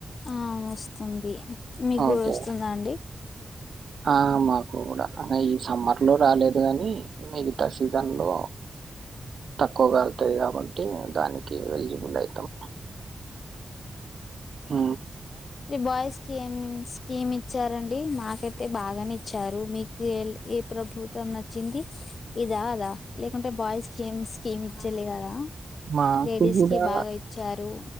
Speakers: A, on the left; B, on the right.
A: అ వస్తుంది మీకు
B: ఓకే
A: వస్తుందా అండి
B: ఆ మాకు కూడా అ ఈ సమ్మర్ లో రాలేదు కాని మిగతా సీజన్ లో తక్కువగా కాల్తాయి కాబట్టి దానికి ఎలిజిబుల్ అవుతాం ఊ
A: బాయ్స్ కన్స్మ్ ఇ ఇచ్చారండి మాకైతే బాగానేచ్చారు మీకు ఏ ప్రభుత్వం నచ్చింది ఇదా అదా లేకుంటే బాయ్స్ స్కీమ్ స్కీమ్ ఇచ్చే కదా
B: మాకు
A: లేడీస్
B: కూడా
A: కి బాగా ఇచ్చారు